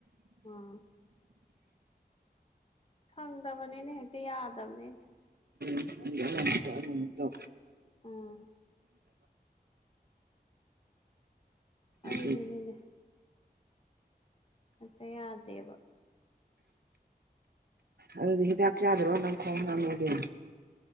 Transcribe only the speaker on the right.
ꯠꯇ ꯃꯠꯇꯣꯗ
ꯎꯝ
ꯑꯗꯨꯗꯤ ꯍꯤꯗ ꯍꯥꯞꯆꯗ꯭ꯔꯣ ꯅꯪ ꯐꯅꯗ